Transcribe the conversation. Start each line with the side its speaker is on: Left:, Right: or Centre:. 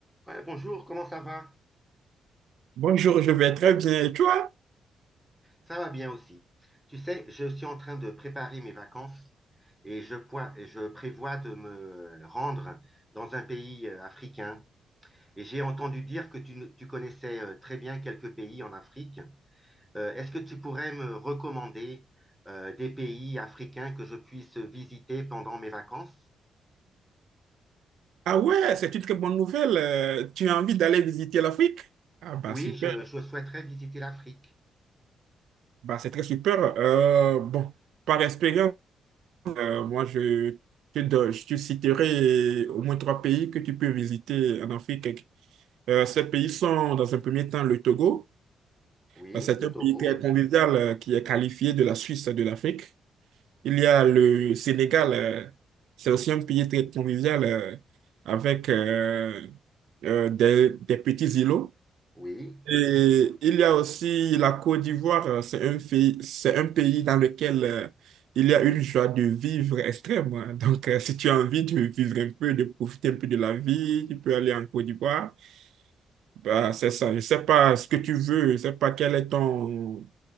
Centre: Ouais, bonjour, comment ça va?
Right: Bonjour, je vais très bien. Et toi?
Centre: Ça va bien aussi. Tu sais, je suis en train de préparer mes vacances et je, poi- et je prévois de me rendre dans un pays euh, africain. Et j'ai entendu dire que tu, ne- tu connaissais euh, très bien quelques pays en Afrique. Euh, est-ce que tu pourrais me recommander euh, des pays africains que je puisse visiter pendant mes vacances?
Right: Ah ouais, c'est une très bonne nouvelle. Euh, tu as envie d'aller visiter l'Afrique? Ah bah
Centre: Oui,
Right: super,
Centre: je, je souhaiterais visiter l'Afrique.
Right: bah c'est très super. Euh, bon, par expérience, euh, moi je te, don- je te citerai au moins trois pays que tu peux visiter en Afrique. Euh, ces pays sont dans un premier temps le Togo.
Centre: Oui,
Right: Euh, C'est
Centre: le
Right: un
Centre: Togo.
Right: pays très convivial euh, qui est qualifié de la Suisse de l'Afrique. Il y a le Sénégal, euh, c'est aussi un pays très convivial euh, avec euh, euh, des, des petits îlots.
Centre: Oui.
Right: Et il y a aussi la Côte d'Ivoire, euh, c'est un pays, c'est un pays dans lequel euh, il y a une joie de vivre extrême. hein. Donc, euh, si tu as envie de vivre un peu, de profiter un peu de la vie, tu peux aller en Côte d'Ivoire. Bah, c'est ça. Je sais pas ce que tu veux, je sais pas quel est ton,